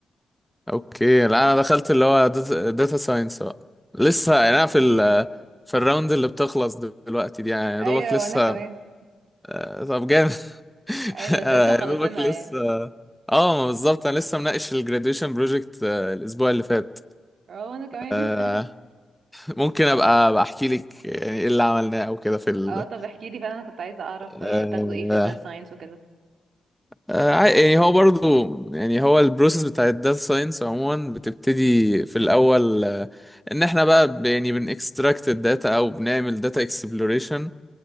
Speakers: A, in the centre; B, on the right.
A: اوكي لا انا دخلت اللي هو داتا ساينس بقى لسه
B: <laughs>
A: يعني
B: اوكي
A: انا في ال في الراوند اللي بتخلص دلوقتي دي يعني يا
B: ايوه
A: دوبك لسه
B: وانا كمان
A: آه، طب جامد <laughs>
B: ايوه بس
A: آه،
B: لسه مخلصينها
A: يا دوبك لسه
B: يعني
A: اه ما بالظبط انا لسه مناقش الجراديويشن بروجكت الاسبوع اللي فات
B: اه وانا كمان
A: آه،
B: <laughs>
A: ممكن ابقى بحكي لك يعني ايه اللي عملناه او كده في ال
B: اه طب احكي لي فعلا انا كنت عايزة اعرف يعني
A: آه،
B: بتاخدوا ايه في الداتا ساينس وكده
A: آه، عا- يعني هو برضو يعني هو البروسيس بتاع الداتا ساينس عموما بتبتدي في الاول آه، ان احنا بقى ب- يعني بنكستراكت الداتا او بنعمل داتا اكسبلوريشن